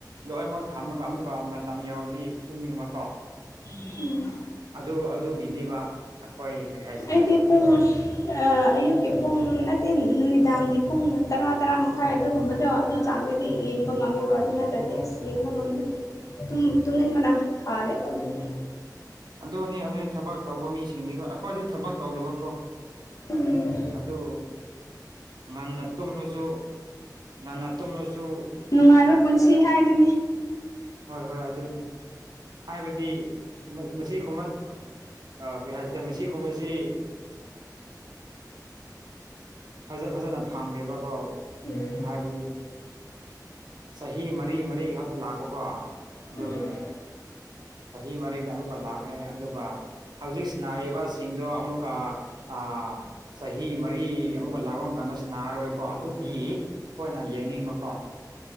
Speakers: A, on the right; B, on the left.
A: ꯂꯣꯏꯅꯃꯛ ꯊꯝꯅꯥꯉꯥꯏ ꯑꯃꯨꯛꯀ ꯃꯇꯝ ꯌꯥꯎꯔꯗꯤ ꯇꯨꯝꯅꯤꯡꯕꯀꯣ
B: ꯎꯝ
A: ꯑꯗꯨ ꯑꯗꯨꯒꯤꯅꯤꯕ ꯑꯩꯈꯣꯏ ꯀꯔꯤ ꯍꯥꯏꯁꯤꯔꯥ
B: ꯑꯩꯗꯤ ꯄꯨꯡ ꯑꯌꯨꯛꯀꯤ ꯄꯨꯡ ꯅꯠꯇꯦ ꯅꯨꯃꯤꯗꯥꯡꯒꯤ ꯄꯨꯡ ꯇꯔꯥ ꯇꯔꯥ ꯃꯈꯥꯏ ꯑꯗꯨꯒꯨꯝꯕꯗꯣ ꯑꯗꯨ ꯆꯥꯡꯗꯗꯤ ꯌꯦꯡꯕ ꯉꯝꯃꯦꯕ ꯑꯗꯨ ꯅꯠꯇꯔꯥ ꯇꯤ ꯑꯁ ꯌꯦꯡꯕ ꯉꯝꯗꯦ ꯇꯨꯝꯅꯤꯡꯕꯅ
A: ꯑꯣ
B: ꯍꯥꯜꯂꯦꯕ ꯑꯗꯨꯗꯤ
A: ꯑꯗꯨꯅꯤ ꯑꯗꯨꯗꯤ ꯊꯕꯛ ꯇꯧꯕ ꯃꯤꯁꯤꯡꯗꯤꯀꯣ ꯑꯩꯈꯣꯏꯗꯤ ꯊꯕꯛ ꯇꯧꯗꯕꯀꯣ
B: ꯎꯝ
A: ꯑꯗꯨ ꯉꯟꯅ ꯇꯨꯝꯂꯁꯨ ꯉꯟꯅ ꯇꯨꯝꯂꯁꯨ
B: ꯅꯨꯡꯉꯥꯏꯕ ꯄꯨꯟꯁꯤ ꯍꯥꯏꯗꯨꯅꯤ
A: ꯍꯣꯏ ꯍꯣꯏ ꯑꯗꯨꯅꯤ ꯍꯥꯏꯕꯗꯤ ꯃꯁꯤ ꯈꯨꯝꯃꯇ ꯑꯥ ꯀꯔꯤ ꯍꯥꯏꯁꯤꯔꯦ ꯃꯁꯤ ꯀꯨꯝꯍꯨꯠꯁꯤ ꯐꯖ ꯐꯖꯅ ꯐꯪꯗꯦꯕꯀꯣ
B: ꯎꯝ
A: ꯍꯥꯏꯕꯗꯤ ꯆꯍꯤ ꯃꯔꯤ ꯃꯔꯤ ꯈꯛꯇ ꯂꯥꯛꯄꯀꯣ ꯑꯗꯨꯒꯤꯅꯤ
B: ꯎꯝ
A: ꯆꯍꯤ ꯃꯔꯤꯛꯇ ꯑꯃꯨꯛꯀ ꯂꯥꯛꯑꯦ ꯑꯗꯨꯒꯥ ꯍꯧꯖꯤꯛ ꯁꯅꯥꯔꯤꯕꯁꯤꯡꯗꯣ ꯑꯃꯨꯛ ꯀꯥ ꯑꯥ ꯆꯍꯤ ꯃꯔꯤ ꯑꯃꯨꯛꯒ ꯂꯥꯛꯄ ꯃꯇꯝ ꯇꯅ ꯁꯅꯥꯔꯣꯏꯀꯣ ꯑꯗꯨꯒꯤ ꯑꯩꯈꯣꯏꯅ ꯌꯦꯡꯅꯤꯡꯕꯀꯣ꯫